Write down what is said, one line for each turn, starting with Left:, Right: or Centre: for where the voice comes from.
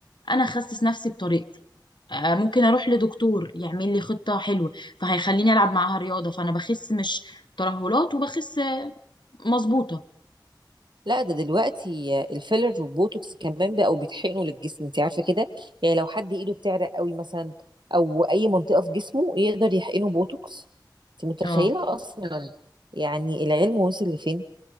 Left: انا اخسس نفسي بطريقتي آه، ممكن اروح لدكتور يعمل لي خطه حلوه فهيخليني العب معاها رياضه فانا بخس مش ترهلات وبخس آه، مظبوطه
Right: لا ده دلوقتي الفيلر والبوتوكس كمان بقوا بيتحقنوا للجسم انت عارفه كده يعني لو حد ايده بتعرق قوي مثلا او اي منطقه في جسمه يقدر يحقنه بوتوكس انت متخيله
Left: اه
Right: اصلا يعني العلم وصل لفين